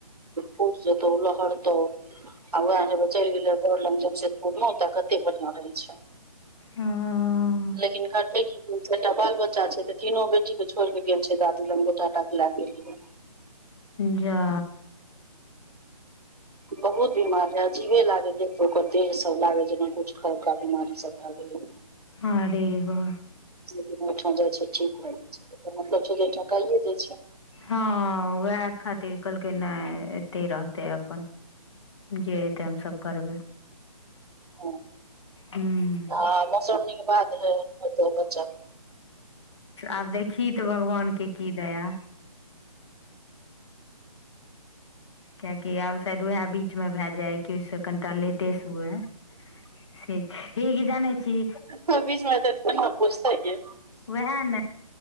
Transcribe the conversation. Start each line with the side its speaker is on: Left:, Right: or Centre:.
Right: पुर जेतौ लहरतौ आ वएह हेबेचेल गेले <unintelligible> बड़ लग जमशेदपुर ओता कते कते बढ़िया रहै छै।
Left: हँ
Right: लेकिन करते की तीन चारिटा बाल बच्चा छै ते तीनो बेटी। तऽ छोड़ि के गेल छै दादू लग ओ टाटा लए गेलैहे।
Left: जा।
Right: बहुत बीमार है, अजीबे लागे है। ओकर देह सब लागे जेना कुछ खलका बीमारी सब भ गेलै।
Left: आरे बा।
Right: लेकिन ओहि ठाम जाइ छैय ठीक रहै छैय मतलब छै जे ठाम काल्हि जाय छै
Left: हँ वैह खातिर कहलकै नहि एते रहतै अपन। जे हेतै हमसभ करबै।
Right: ह <inaudible>
Left: हूं।
Right: आ मौसम्मी के बाद एलै होतै बच्चा
Left: आब देखी त भगवान के की दया कियाकि आब शायद वैह बीचमे भए जाइ कि ओहिसँ कनिटा लेटे से हुए। ठीक से ई जानै छी?
Right: से बीच मे कोनो बुझैत जे
Left: ओहै ने।